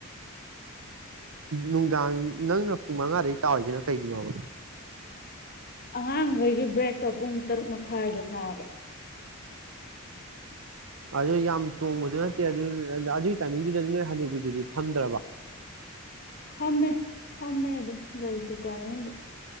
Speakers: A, on the right (about 70°); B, on the left (about 45°).
A: ꯅꯨꯡꯗꯥꯡ ꯅꯪꯅ ꯄꯨꯡ ꯃꯉꯥꯗꯩ ꯇꯥꯎꯔꯤꯖꯤꯅ ꯀꯩꯒꯤꯅꯣꯕ
B: ꯑꯉꯥꯡꯒꯩꯒꯤ ꯕ꯭ꯔꯦꯛꯇꯣ ꯄꯨꯡ ꯇꯔꯨꯛ ꯃꯈꯥꯏꯗ ꯊꯥꯕ
A: ꯑꯗꯨ ꯌꯥꯝ ꯇꯣꯡꯕꯗꯨ ꯅꯠꯇꯦ ꯑꯗꯨ ꯑꯗꯨꯏ ꯇꯥꯏꯃꯤꯡꯗꯨꯗꯗꯤ ꯅꯣꯏ ꯍꯥꯅꯨꯕꯤꯗꯨꯗꯤ ꯐꯝꯗ꯭ꯔꯕ
B: ꯐꯝꯃꯦ ꯐꯝꯃꯦ ꯑꯗꯨꯝ ꯂꯩ ꯗꯨꯀꯥꯟ ꯃꯅꯨꯡꯗ